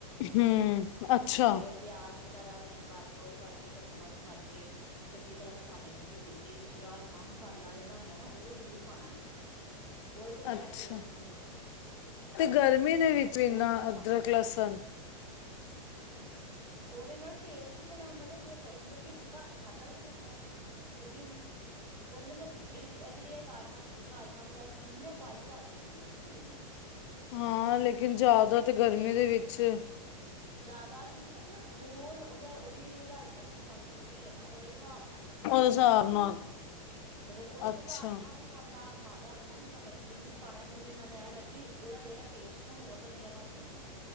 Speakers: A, on the left; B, on the right.
A: ਹੂੰ ਅੱਛਾ।
B: ਅਤੇ ਫਿਰ ਪਿਆਜ਼ ਵਗੈਰਾ ਵਿੱਚ ਕਰ ਉਹ ਕਰਕੇ ਕੱਦੂਕਸ ਕਰਕੇ ਚੰਗੀ ਤਰ੍ਹਾਂ ਮਸਾਲੇ ਨੂੰ ਭੁੰਨ ਗੇ ਵਿੱਚ ਰਾਜਮਾ ਮਸਾਲਾ ਜਿਹੜਾ ਹੁੰਦਾ ਨਾ ਉਹ ਜ਼ਰੂਰ ਪਾਉਣਾ ਸੀ। ਉਹਦੇ ਤੋਂ ਬਗੈਰ
A: ਅੱਛਾ
B: ਟੇਸਟ ਨਹੀਂ ਆਂਦਾ।
A: ਤੇ ਗਰਮੀ ਦੇ ਵਿੱਚ ਇੰਨਾ
B: ਜ਼ਰੂਰ
A: ਅਦਰਕ
B: ਪਾਉਣਾ
A: ਲਸਣ
B: ਉਹਰੇ ਇਹ ਨਾਲ ਬਣਾਂਦਾ ਤੇ ਮਤਲਬ ਕਿ ਘੱਟ ਖਾਧਾ ਵੀ ਨੀ ਜਾਂਦਾ ਮਤਲਬ ਕਿ ਉਹਦੇ ਨਾ ਫਿਰ ਜਿਹੜੀ ਚ ਜਿਹੜੀ ਇਹ ਰਾਜਾ ਚ ਰਾਜਮਾਂ ਵਗੈਰਾ ਚੀਜ਼ ਹੁੰਦੀ ਨਾ ਬਾਹੀ ਕਰ ਜਾਂਦੀ ਹੈ ਸਰੀਰ ਨੂੰ।
A: ਹਾਂ ਲੇਕਿਨ ਜ਼ਿਆਦਾ ਤੇ
B: ਅਤੇ
A: ਗਰਮੀ ਦੇ ਵਿੱਚ
B: ਜ਼ਿਆਦਾ ਵੀ ਨੀ ਮਤਲਬ ਜੋ ਉਹਦਾ ਉਹਦੀ ਰਾਜ ਮਾਤ ਜਿਹੜੀ ਕੁਆਂਟਿਟੀ ਆ ਨਾ ਉਹਦੇ ਹਿਸਾਬ ਨਾਲ ਮਤਲਬ ਉਹਦੇ
A: ਹਿਸਾਬ
B: ਪਾਉਦੇ
A: ਨਾਲ
B: ਹਾਂ ਆਪਾ ਤੇ ਫੇਰ ਉਹਦੇ 'ਚ
A: ਅੱਛਾ,
B: ਰਾਜਮਾਹ ਮਸਾਲਾ ਮਸਾਲਾ ਹਾਂ ਰਾਜਮਾਹ ਮਸਾਲਾ ਤਾਂ ਜ਼ਰੂਰ ਪਾਉਣਾ ਜਿਹਦੇ ਨਾਲ ਇਹ ਵ ਕਿ ਉਹਦਾ ਜਿਹੜਾ ਟੇਸਟ ਨਾ ਹੋਰ ਵਧੀਆ ਬਣ ਜਾਂਦਾ